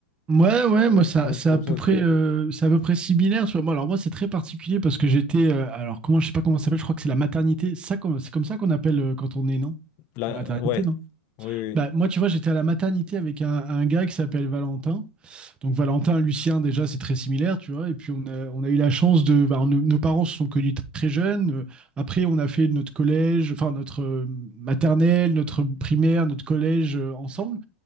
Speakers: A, on the right; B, on the left.
A: Ouais, ouais,
B: mais, euh,
A: moi, ça,
B: prends un
A: c'est
B: truc
A: à
B: comme
A: peu
B: ça aussi.
A: près, euh, c'est à peu près similaire, tu vois. Moi, alors, moi, c'est très particulier parce que j'étais, euh, alors, comment, je sais pas comment ça s'appelle, je crois que c'est la maternité. Ça, comme- c'est comme ça qu'on appelle euh, quand on est, non?
B: Là,
A: La maternité,
B: ouais.
A: non?
B: Oui, oui.
A: Bah, moi, tu vois, j'étais à la maternité avec un, un gars qui s'appelle Valentin. Donc, Valentin, Lucien, déjà, c'est très similaire, tu vois. Et puis, on a, on a eu la chance de. bah, nos, nos parents se sont connus très jeunes. Euh, Après, on a fait notre collège, enfin, notre euh, maternelle, notre primaire, notre collège euh, ensemble.